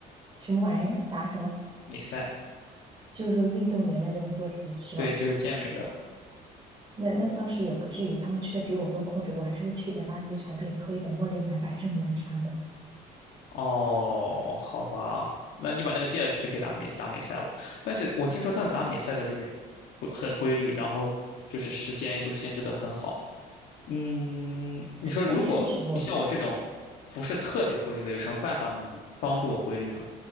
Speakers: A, on the right; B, on the left.
A: 什么玩意儿？答什么？
B: 美赛，
A: 就是说运动员的这种作息是吧？
B: 对，就是健美的。
A: 那那倒是也不至于，他们吃的比我更控制，我还是会吃一点垃圾产品，喝一点茉莉奶白这种奶茶的。
B: 哦，好吧，那你把那个戒了，就去可以打美打美赛了。但是我听说他们打美赛的就是规很规律，然后就是时间都限制的很好。嗯，你说如果你像我这种不是特别规律的，
A: 但确实，我觉得
B: 有什么办法能帮助我规律呢？